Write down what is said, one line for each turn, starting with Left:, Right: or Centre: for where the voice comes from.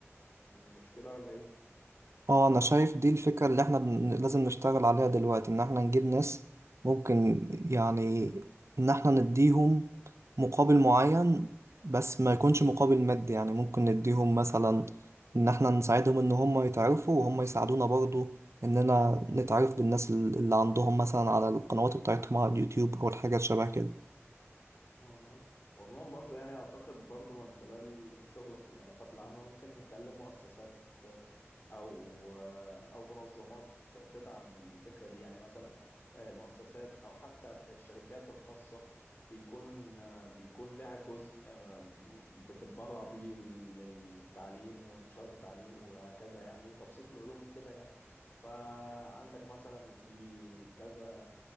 Left: مش كده ولا ايه؟
Right: اه انا شايف دي الفكرة اللي احنا بن... لازم نشتغل عليها دلوقتي ان احنا نجيب ناس ممكن يعني ان احنا نديهم مقابل معين بس ما يكونش مقابل مادي يعني ممكن نديهم مثلا ان احنا نساعدهم ان هم يتعرفوا وهم يساعدونا برضو اننا نتعرف بالناس ال- اللي عندهم مثلا على القنوات بتاعتهم على اليوتيوب او الحاجات شبه كده
Left: اها وعموما برضو يعني اعتقد برضو من خلال الشغل في العلاقات العامة ممكن نكلم مؤسسات او او منظمات تدعم الفكره دي يعني مثلا المؤسسات او حتى الشركات الخاصه بيكون بيكون لها جزء آه، بتتبرع بيه للتعليم وانتشار التعليم وهكذا يعني وتبسيط العلوم وكده يعني فعندك مثلا في كذا